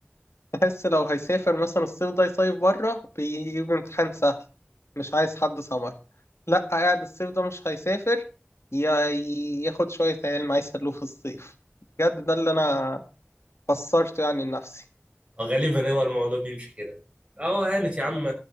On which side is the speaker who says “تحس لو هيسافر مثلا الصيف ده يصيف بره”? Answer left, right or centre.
Left